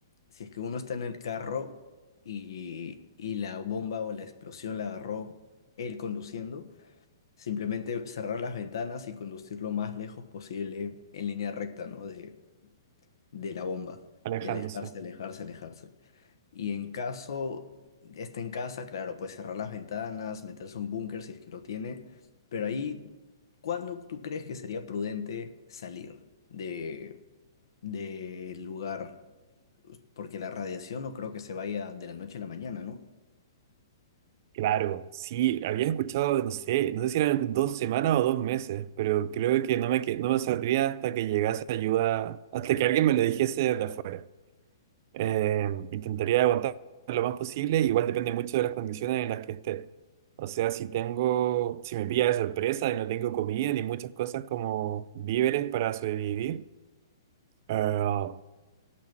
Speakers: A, on the left; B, on the right.
A: si es que uno está en el carro y, y la bomba o la explosión la agarró él conduciendo, simplemente cerrar las ventanas y conducir lo más lejos posible en línea recta, ¿no? De, de la bomba
B: alejándose.
A: y alejarse, alejarse, alejarse. Y en caso esté en casa, claro, pues cerrar las ventanas, meterse a un búnker si es que lo tiene, pero ahí, ¿cuándo tú crees que sería prudente salir de, del lugar? porque la radiación no creo que se vaya de la noche a la mañana, ¿no?
B: Claro, sí, había escuchado, no sé, no sé si eran dos semanas o dos meses, pero creo que no me, que- no me saldría hasta que llegase ayuda, hasta que alguien me lo dijese de afuera. Eh, intentaría aguantar lo más posible, igual depende mucho de las condiciones en las que esté. O sea, si tengo, si me pilla de sorpresa y no tengo comida ni muchas cosas como víveres para sobrevivir. eh,